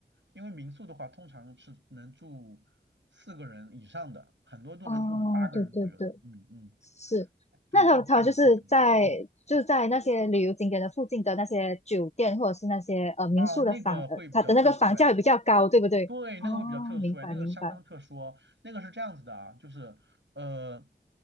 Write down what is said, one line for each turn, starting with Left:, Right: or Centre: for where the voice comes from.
Right: 因为民宿的话通常是能住四个人以上的，很多都能住八个人左右的，
Left: 哦，对对对，
Right: 嗯嗯，
Left: 是。
Right: 对，
Left: 那他他就是在就是在那些旅游景点的附近的那些酒店或者是那些呃民宿的房呃，
Right: 这个看你需求，嗯，啊，那个会比较特殊哎。
Left: 它的那个房价也比较高，对不对？
Right: 对，那个会比较特殊哎，
Left: 哦，明白明白。
Right: 那个相当特殊哦那个是这样子的啊，就是呃，